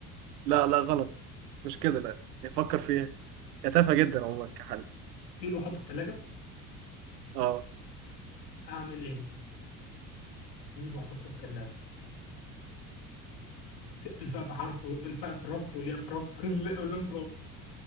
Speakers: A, on the right (about 65°); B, on the left (about 75°).
A: لا لا غلط مش كده لا يعني فكر فيها هي تافهة جدا عموما كحل
B: فيل واحطه في ثلاجه
A: اه
B: اعمل ايه فيل واحطه في ثلاجه الفاء في حرف و- الفاء في رف والياء في رف <laughs> وال- واللام في رف